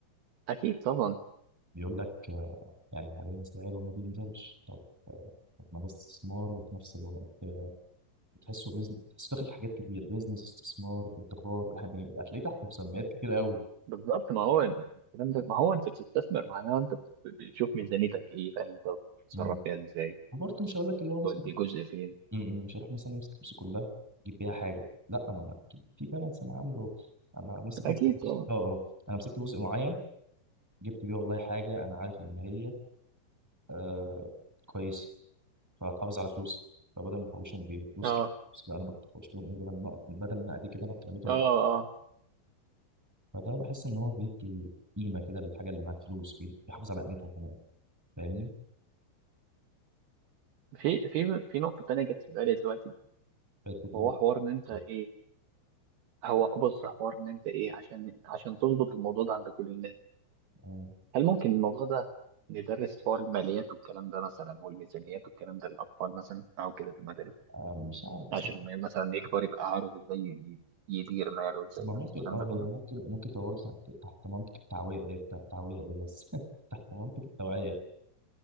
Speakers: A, on the right; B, in the centre.
A: اكيد طبعا
B: بيقول لك آه، يعني حاليا سعره ما بينزلش طب آه، طب ما ده استثمار وفي نفس الوقت آه، تحسه بيزنس تحسه داخل في حاجات كتير بيزنس استثمار ادخار يعني هتلاقيه تحت مسميات كتير قوي
A: بالظبط ما هو الكلام ده ما هو انت بتستثمر معناه انت بت- بتشوف ميزانيتك ايه فاهم انت بتتصرف
B: مم.
A: فيها ازاي
B: وبرضه مش هقول لك اللي هو مثلا
A: تودي جزء فين
B: م- م، مش هروح مثلا امسك فلوسي كلها اجيب بيها حاجه لا ما انا اكيد في بالانس انا عامله انا ماسك
A: اكيد
B: مثلا
A: طبعا
B: جزء اه اه انا مسكت جزء معين جبت بيه والله حاجه انا عارف ان هي آه كويس فهتحافظ على فلوسي فبدل ما احوشهم بفلوسي
A: اه
B: بس لا انا رحت حوشتهم ايه بدل ما بدل ما ادي كده رحت رميتهم
A: اه اه
B: فده بحس ان هو بيدي قيمه كده للحاجه اللي معاك فلوس بي- بيحافظ على قيمتها كمان فاهمني؟
A: في في في نقطة تانية جت في بالي دلوقتي
B: حتة
A: وهو
B: إيه؟
A: حوار ان انت
B: بالظبط
A: ايه هو بص حوار ان انت ايه عشان عشان تظبط الموضوع ده عند كل الناس
B: آه،
A: هل ممكن الموضوع ده ندرس حوار الماليات والكلام ده مثلا والميزانيات والكلام ده للاطفال مثلا او كده في المدارس
B: آه، مش عارف
A: عشان
B: بس
A: لما مثلا يكبر يبقى عارف ازاي ي- يدير ماله وازاي
B: ما
A: يعمل
B: ممكن
A: الكلام
B: اه
A: ده
B: هي
A: كله
B: ممكن ممكن تبقى برضه تحت تحت منطق التعويه إيه، التع- التعويه ايه بس <laughs> تحت منطق التوعيه